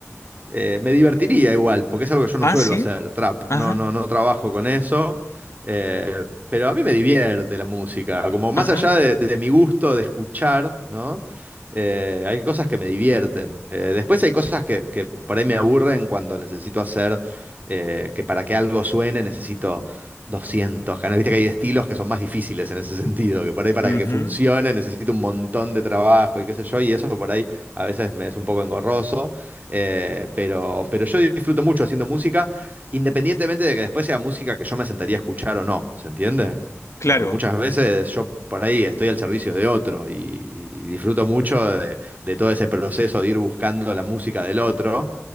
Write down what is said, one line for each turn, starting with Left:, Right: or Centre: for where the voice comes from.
Right: Eh, me divertiría igual, porque es algo que yo no
Left: Ah,
Right: suelo
Left: sí.
Right: hacer, trap.
Left: Ajá,
Right: No, no, no trabajo con eso. eh, pero a mí me divierte la música. Como
Left: ajá.
Right: más allá de, de mi gusto de escuchar, ¿no? Eh, hay cosas que me divierten. Eh, después hay cosas que, que por ahí me aburren cuando necesito hacer, eh, que para que algo suene necesito 200 canales. Viste que hay estilos que son más difíciles en ese sentido, que por ahí para
Left: ujú.
Right: que funcione necesito un montón de trabajo y qué sé yo, y eso por ahí a veces me es un poco engorroso. Eh, pero, pero yo disfruto mucho haciendo música, independientemente de que después sea música que yo me sentaría a escuchar o no, ¿se entiende?
Left: Claro,
Right: Como que muchas veces yo por ahí estoy al servicio de otro y, y disfruto mucho de, de todo ese proceso de ir buscando la música del otro.